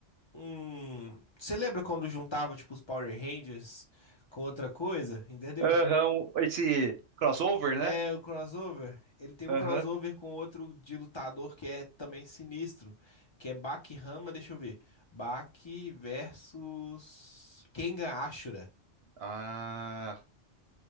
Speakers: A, on the left; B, on the right.
A: um... Você lembra quando juntava, tipo, os Power Rangers com outra coisa, entendeu?
B: Aham, esse crossover, né?
A: É, o crossover. Ele tem um
B: Aham.
A: crossover com outro de lutador que é também sinistro, que é Baki Hama, deixa eu ver. Baki versus Kengan Ashura.
B: Ah,